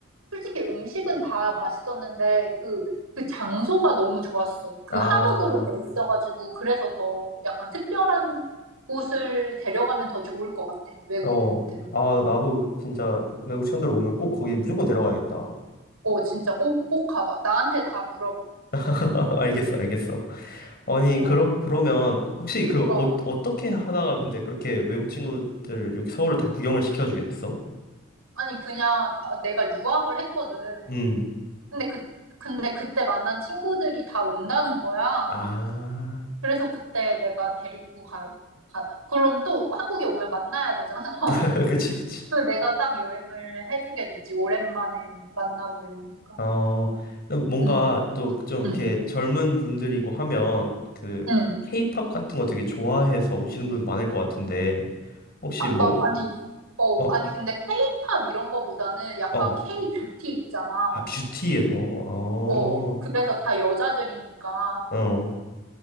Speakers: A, on the right; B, on the left.
A: 솔직히 음식은 다 맛있었는데, 그, 그 장소가 너무 좋았어. 그
B: 아.
A: 한옥으로 돼 있어가지고, 그래서 더 약간 특별한 곳을 데려가면 더 좋을 것 같아. 외국인들은.
B: 어. 아, 나도 진짜 외국 친구들 오면 꼭 거기 무조건 데려가야겠다.
A: 어, 진짜 꼭, 꼭 가봐. 나한테 다 물어봐.
B: <laughs> 알겠어, 알겠어. 아니,
A: 어,
B: 그러, 그러면 혹시 그 어,
A: 어.
B: 어떻게 하다가 근데 그렇게 외국 친구들 여기 서울을 다 구경을 시켜주게 됐어?
A: 아니, 그냥 아, 내가 유학을 했거든.
B: 음.
A: 근데 그, 근데 그때 만난 친구들이 다 온다는 거야.
B: 아.
A: 그래서 그때 내가 데리고 가, 가, 그럼 또 한국에 오면 만나야 되잖아. <laughs>
B: <laughs> 그치, 그치.
A: 그래서 내가 딱 여행을 해주게 됐지. 오랜만에 만나고 이러니까.
B: 어, 그럼 뭔가
A: 응,
B: 또 좀 이렇게
A: 응,
B: 젊은 분들이고 하면 그
A: 응.
B: 케이팝 같은 거 되게 좋아해서 오시는 분들도 많을 것 같은데 혹시
A: 아,
B: 뭐,
A: 막, 아니, 어,
B: 어,
A: 아니, 근데 케이팝 이런 거보다는 약간
B: 어,
A: K-뷰티 있잖아.
B: 아, 뷰티에서, 어,
A: 어, 그래서 다 여자들이니까
B: 어,